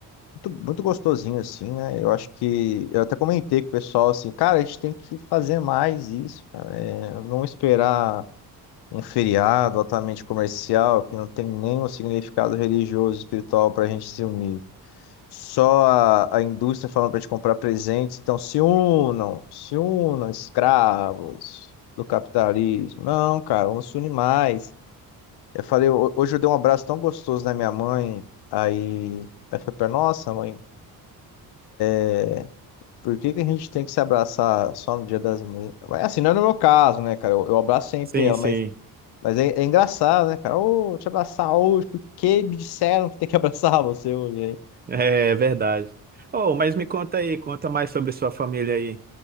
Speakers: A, on the left; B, on the right.
A: muito, muito gostosinho, assim, né? Eu acho que... Eu até comentei com o pessoal, assim, cara, a gente tem que fazer mais isso, cara. É, não esperar... um feriado altamente comercial que não tem nenhum significado religioso, espiritual para a gente se unir. Só a, a indústria falando para a gente comprar presentes, então se unam, se unam, escravos do capitalismo. Não, cara, vamos se unir mais. Eu falei, ho- hoje eu dei um abraço tão gostoso na minha mãe, aí ela falou pra nossa mãe, é, por que que a gente tem que se abraçar só no Dia das Mães? Mas, Assim, não é no meu caso, né, cara? Eu, eu abraço sempre
B: Sim,
A: ela,
B: sim.
A: mas Mas é, é engraçado, né, cara? Ô, te abraçar hoje, porque me disseram que tem que <laughs> abraçar você hoje. Aí,
B: É é verdade. Oh, mas me conta aí, conta mais sobre sua família aí.